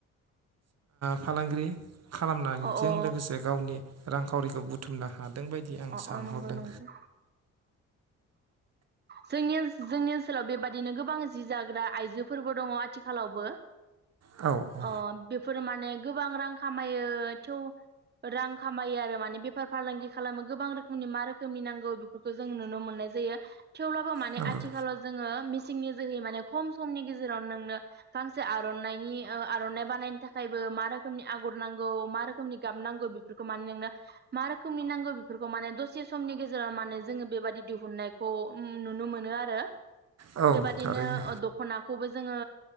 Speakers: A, on the right; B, on the right.
A: फालांगिरि खालामनायजों
B: अ अ
A: लोगोसे गावनि रांखावरिखौ बुथुमनो हादों। बायदि आं
B: अ
A: सानहरदों
B: अ नंगौ नंगौ। जोंनि जोंनि ओनसोलाव बेबादिनो गोबां जि जाग्रा आइजोफोरबो दङ। थिखालावबो
A: औ औ
B: अ बेफोरो माने गो गोबां रां खामायो थेव रां खामायो आरो माने बेफार फालांगि खालाम गोबां रोखोमनि मा रोखोमनि नांगौ बेफोरखौ जों नुनो मोननाय जायो। थेवब्लाबो माने
A: नंगौ
B: आथिखालाव जोङो सिंनि जोहै माने खम समनि गेजेरावनो नोंनो गांसे आर'नानि आर'नाइ बानायनो थाखायबो मा रोखोमनि आगर नांगौ मा रोखोमनि गाबनांगौ बेफोरखौ माने नोंनो मा रोखोमनि नांगौ फोरखौ माने दसे समनि गेजेराव माने जोङो बेबादि दिहुननायखौ नुनो मोनो आरो।
A: औ
B: बेबादिनो
A: थारैनो
B: दख'ना खौबो जोङो